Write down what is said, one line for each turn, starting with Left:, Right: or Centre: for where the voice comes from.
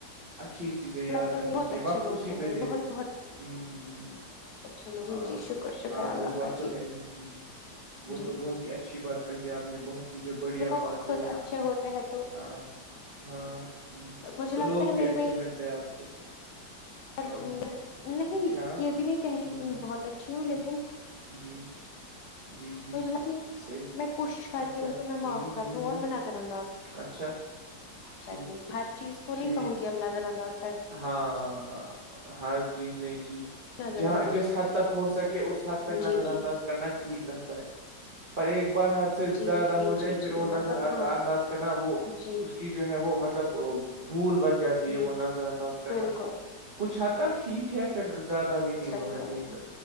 Right: اچھی چیزیں یاد
Left: لگتا ہے
Right: رکھنی
Left: بہت
Right: چاہیے
Left: اچھے
Right: وقت
Left: لوگ
Right: اسی
Left: رہے
Right: پہ دے
Left: بہت
Right: دے
Left: بہت
Right: ہ ہوں ہ
Left: اچھے لوگ جی
Right: ہاں
Left: جی شکر شکر
Right: ہاں
Left: اللہ
Right: وہ بات
Left: کا
Right: تو
Left: جی
Right: ہے ہی ہ وہ
Left: جی
Right: تو بہت اچھی بات کہی آپ نے بہت ہی جو بڑھیا
Left: جب اپ
Right: بات کہی
Left: خود
Right: ہے آپ
Left: اچھے
Right: نے
Left: ہوتے ہیں تو
Right: ہاں ہاں
Left: مجھے
Right: تو
Left: لگتا
Right: لوگ
Left: ہے
Right: بھی
Left: میرے
Right: اچھے ملتے ہیں آپ کو
Left: پر
Right: ہاں ہاں
Left: نہیں
Right: اچھا
Left: یہ بھی نہیں کہہ رہی
Right: جی
Left: کہ میں بہت اچھی ہوں
Right: جی
Left: لیکن
Right: جی جی جی جی
Left: مجھ
Right: صحیح
Left: میں کوشش کرتی
Right: اچھا
Left: ہوں
Right: ہ
Left: کہ میں معاف
Right: ہ
Left: کر دوں
Right: ہ
Left: اور میں نظر انداز
Right: اچھا ٹھیک
Left: کر دی ہر چیز کو نہیں
Right: ٹھیک
Left: کہوں گی اپ نظر آداز
Right: ہاں ہر چیز ن چی
Left: نظر
Right: جہاں
Left: انداز
Right: جس حد تک ہو سکے اس حد تک نظر
Left: جی جی
Right: انداز کرنا ٹھیک رہتا ہے پر ایک بار ہھ س سے
Left: جی
Right: زیادہ
Left: جی
Right: ہو جائے
Left: جی
Right: پھر
Left: جی
Right: وہ
Left: مطلب
Right: نظر انداز
Left: ہاں
Right: کرنا وہ
Left: جی
Right: کی جو ہے وہ مطلب بھول بچ جاتی
Left: جی
Right: ہے وہ نظر انداز کرنا
Left: بالکل
Right: کچھ حد تک ٹھیک ہے پھر زیادہ بھی نہیں ہونا
Left: صحیح کہہ
Right: چاہیے
Left: رہے
Right: پھر